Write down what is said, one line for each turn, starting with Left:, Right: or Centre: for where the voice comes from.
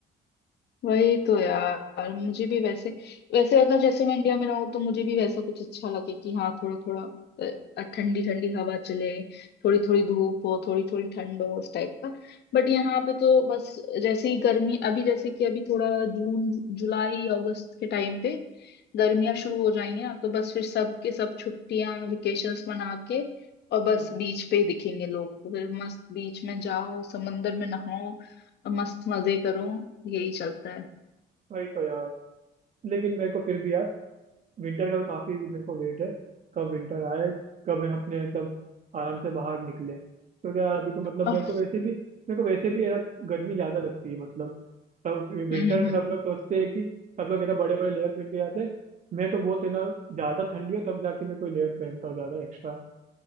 Left: वही तो यार मुझे भी वैसे वैसे अगर जैसे मैं इंडिया में रहूँ तो मुझे भी वैसा कुछ अच्छा लगे कि हाँ थोड़ा थोड़ा ठंडी ठंडी हवा चले थोड़ी थोड़ी धूप हो थोड़ी थोड़ी ठंड हो उस टाइप का बट यहाँ पे तो बस जैसे ही गर्मी अभी जैसे कि अभी थोड़ा जून जुलाई अगस्त के टाइम पे गर्मियाँ शुरू हो जाएंगी ना तो बस फिर सब के सब छुट्टियां वेकेशंस मना के और बस
Right: हम्म।
Left: बीच पे ही दिखेंगे लोग तो फिर मस्त बीच में जाओ समंदर में नहाओ और मस्त मजे करो यही चलता है
Right: वही तो यार लेकिन मेरे को फिर भी यार विंटर का तो काफी मेरे को वेट है कब विंटर आए कब मैं अपने मतलब आराम से बाहर निकले क्योंकि यार अभी तो मतलब
Left: अह,
Right: मेरे को वैसे भी मेरे को वैसे भी है ना गर्मी ज्यादा लगती है मतलब सब विंटर
Left: हम्म हम्म।
Right: में
Left: हम्म।
Right: सब लोग सोचते हैं कि सब लोग है ना बड़े बड़े लेयर पहन के जाते हैं मैं तो बहुत है ना ज्यादा ठंडी हो तब जाके मैं कोई लेयर पहनता हूँ ज्यादा एक्स्ट्रा